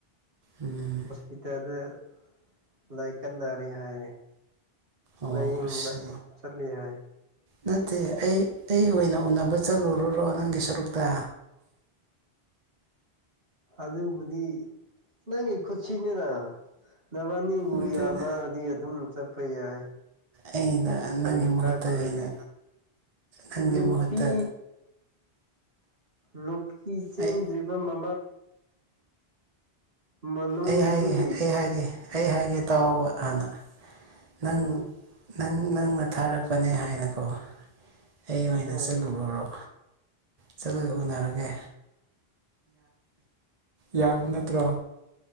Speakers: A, on the right; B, on the right.
A: ꯎꯝ
B: ꯏꯇꯗ ꯂꯥꯏꯀꯠꯅꯔꯤ ꯍꯥꯏ
A: ꯑꯣ
B: ꯂꯥꯏꯌꯦꯡꯕ
A: ꯑꯁ
B: ꯆꯠꯂꯤ ꯍꯥꯏ
A: ꯅꯠꯇꯦ ꯑꯩ ꯑꯩ ꯑꯣꯏꯅ ꯎꯅꯕ ꯆꯠꯂꯨꯔꯨꯔꯣ ꯅꯪꯒꯤ ꯁꯔꯨꯛꯇ
B: ꯑꯗꯨꯕꯨꯗꯤ ꯅꯪꯒꯤ ꯈꯨꯠꯁꯤꯅꯤꯅ ꯅꯕꯥꯅꯤꯕꯨ
A: ꯅꯠꯇꯦꯗ
B: ꯌꯥꯅꯔꯗꯤ ꯑꯗꯨꯝ ꯆꯠ ꯄꯌꯥꯏ
A: ꯑꯩꯅ
B: ꯀꯔꯤ
A: ꯅꯪꯒꯤ ꯃꯍꯨꯠꯇ
B: ꯀꯥꯏꯕ ꯂꯩꯌꯦ
A: ꯑꯩꯅ ꯅꯪꯒꯤ
B: ꯅꯨꯄꯤ
A: ꯃꯍꯨꯠꯇ
B: ꯅꯨꯄꯤ ꯆꯦꯟꯗ꯭ꯔꯤꯕ
A: ꯑꯩ
B: ꯃ ꯃꯅꯨꯡꯗꯗꯤ
A: ꯑꯩ ꯍꯥꯏꯒꯦ ꯑꯩ ꯍꯥꯏꯒꯦ ꯑꯩ ꯍꯥꯏꯒꯦ ꯇꯥꯎꯕ ꯍꯥꯟꯅ ꯅꯪ
B: ꯎꯝ
A: ꯅꯪ ꯅꯪꯅ ꯊꯥꯔꯛꯄꯅꯦ ꯍꯥꯏꯅꯀꯣ ꯑꯩ ꯑꯣꯏꯅ
B: ꯎꯝ
A: ꯆꯠꯂꯨꯔꯨꯔꯣ ꯆꯠꯂꯒ ꯎꯅꯔꯒꯦ ꯌꯥꯕ ꯅꯠꯇ꯭ꯔꯣ